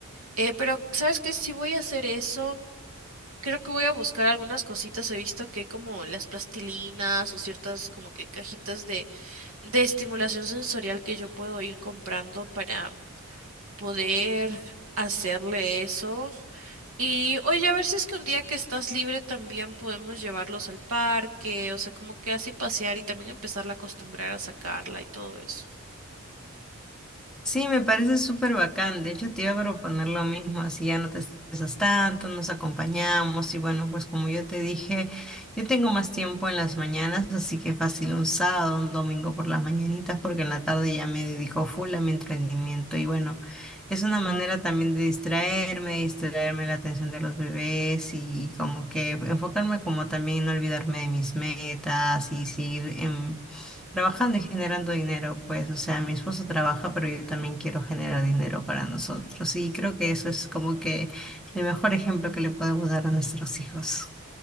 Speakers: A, on the right; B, in the centre.
A: Eh, pero, ¿sabes qué? Si voy a hacer eso... Creo que voy a buscar algunas cositas. He visto que hay como las plastilinas o ciertas como que cajitas de, de estimulación sensorial que yo puedo ir comprando para poder hacerle eso. Y oye, a ver si es que un día que estás libre también podemos llevarlos al parque, o sea, como que así pasear y también empezarla a acostumbrar a sacarla y todo eso.
B: Sí, me parece súper bacán. De hecho, te iba a proponer lo mismo, así ya no te estresas tanto, nos acompañamos y bueno, pues como yo te dije, yo tengo más tiempo en las mañanas, así que fácil un sábado, un domingo por las mañanitas, porque en la tarde ya me dedico full a mi emprendimiento y bueno, es una manera también de distraerme, distraerme la atención de los bebés y como que enfocarme como también no olvidarme de mis metas y seguir en trabajando y generando dinero, pues, o sea, mi esposo trabaja, pero yo también quiero generar dinero para nosotros. Y creo que eso es como que el mejor ejemplo que le podemos dar a nuestros hijos.